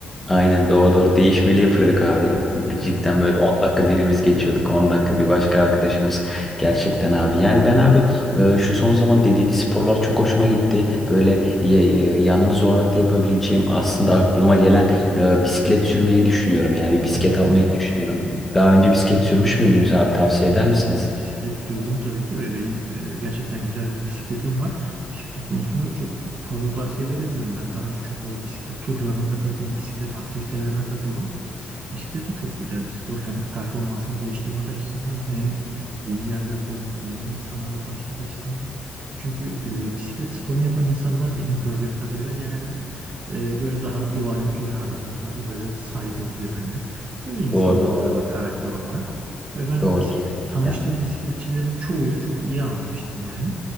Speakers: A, in the centre; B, on the right.
A: Aynen doğru doğru değişmeli yapıyorduk abi. Cidden
B: Hı hı.
A: böyle 10 dakika birimiz geçiyorduk. 10 dakika bir başka arkadaşımız. Gerçekten abi. Yani ben abi e, şu son zaman dediğiniz sporlar çok hoşuma gitti. Böyle ya- ya- yalnız olarak da yapabileceğim aslında aklıma gelen e, bisiklet sürmeyi düşünüyorum. Yani bir bisiklet
B: Hı hı.
A: almayı düşünüyorum. Daha önce bisiklet sürmüş müydünüz abi? Tavsiye eder
B: Bisik-
A: misiniz?
B: Bisiklet sürdüm tabii ki ve benim e, gerçekten güzel bir bisikletim var. Bisiklet konusunda da çok fazla tavsiye verebilirim. Ben daha önce çok fazla bisiklet turlarına katıldım, bisiklet aktivitelerine katıldım. Bisiklet de çok güzel bir spor. Hem performansını geliştirmek açısından hem yeni yerler görmek, yeni insanlarla tanışmak açısından. Çünkü e, bisiklet sporunu yapan insanlar benim gördüğüm kadarıyla genelde e, böyle daha doğaya duyarlı, daha böyle saygılı birbirine. Öyle insanlar
A: Doğru doğru.
B: oluyorlar karakter olarak. Ve ben
A: Doğru
B: bisiklet,
A: kesinlikle.
B: tanıştığım
A: abi.
B: bisikletçilerin çoğuyla çok iyi anlaştım yani.